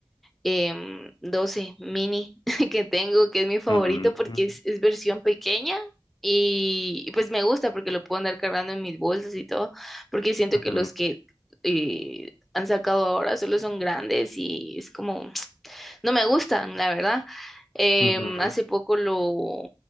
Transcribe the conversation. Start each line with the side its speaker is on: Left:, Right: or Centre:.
Centre: em, 12 mini <laughs> que tengo, que es mi favorito
Left: Ujú,
Centre: porque es, es versión pequeña y, y pues me gusta porque lo puedo andar cargando en mis bolsas y todo, porque siento
Left: ujú,
Centre: que los que eh, han sacado ahora solo son grandes y es como no me gustan, la verdad. Em,
Left: ujú.
Centre: hace poco lo,